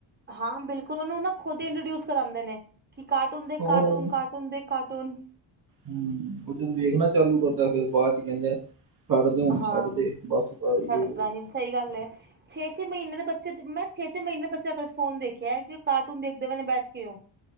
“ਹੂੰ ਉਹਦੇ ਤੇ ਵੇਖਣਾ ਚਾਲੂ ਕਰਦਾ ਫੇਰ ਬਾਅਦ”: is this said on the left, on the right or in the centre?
Right